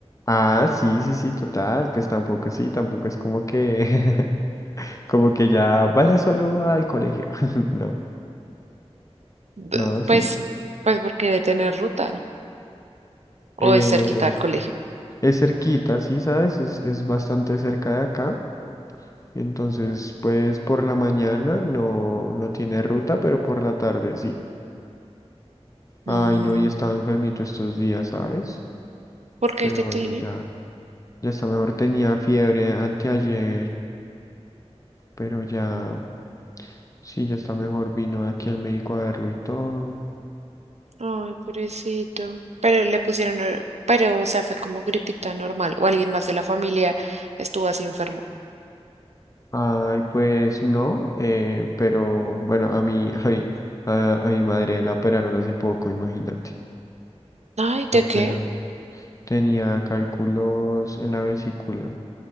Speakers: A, on the left (about 30°); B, on the right (about 85°).
A: Ah, sí, sí, sí, total. Pues tampoco sí, tampoco es como que <laughs> Como que ya vaya solo al colegio. <laughs> No,
B: B-
A: no, sí.
B: Pues, pues porque debe tener ruta o
A: Eh,
B: es cerquita al colegio.
A: es cerquita, sí, ¿sabes? Es, es bastante cerca de acá. Entonces, pues por la mañana no, no tiene ruta, pero por la tarde sí. Ay,
B: Mm,
A: no, y estaba enfermito estos días, ¿sabes?
B: ¿por qué
A: Pero
B: que
A: bueno,
B: tiene?
A: ya, ya está mejor. Tenía fiebre anteayer, pero ya,
B: Mm,
A: sí, ya está mejor. Vino aquí el médico a verlo y todo.
B: Ay, pobrecito. Pero le pusieron, el- pero o sea, fue como gripita normal o alguien más de la familia estuvo así enfermo.
A: Ay, pues no, eh, pero bueno, a mi, <laughs> a mi, a, a mi madre la operaron hace poco, imagínate.
B: Ay, ¿de
A: La operaron.
B: qué?
A: Tenía cálculos en la vesícula.